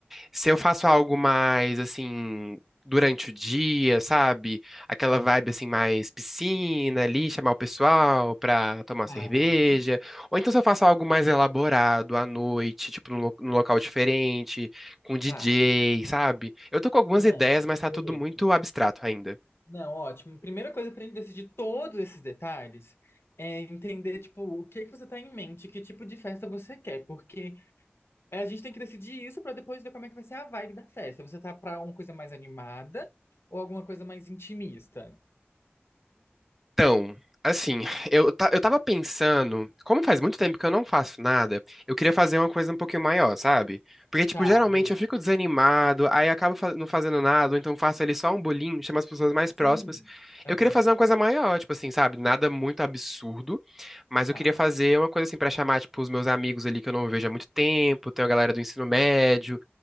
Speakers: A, in the centre; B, on the left.
A: Se eu faço algo mais assim durante o dia, sabe? Aquela vibe assim mais piscina ali, chamar o pessoal pra tomar uma
B: Tá.
A: cerveja, ou então se eu faço algo mais elaborado à noite, tipo num, lo- num local diferente, com DJ,
B: Tá.
A: sabe? Eu tô com algumas
B: Não,
A: ideias, mas tá
B: beleza.
A: tudo muito abstrato ainda.
B: Não, ótimo. Primeira coisa pra gente decidir todos esses detalhes é entender, tipo, o que que você tá em mente, que tipo de festa você quer, porque a gente tem que decidir isso pra depois ver como é que vai ser a vibe da festa. Você tá pra uma coisa mais animada ou alguma coisa mais intimista?
A: Então, assim, eu, ta- eu tava pensando, como faz muito tempo que eu não faço nada, eu queria fazer uma coisa um pouquinho maior, sabe? Porque, tipo,
B: Tá,
A: geralmente
B: beleza.
A: eu fico desanimado, aí acabo fa- não fazendo nada, ou então faço ali só um bolinho, chamo as pessoas mais próximas.
B: Sim. Aham.
A: Eu queria fazer uma coisa maior, tipo assim, sabe? Nada muito absurdo, mas
B: Tá.
A: eu queria fazer uma coisa assim pra chamar, tipo, os meus amigos ali que eu não vejo há muito tempo, tem a galera do ensino médio,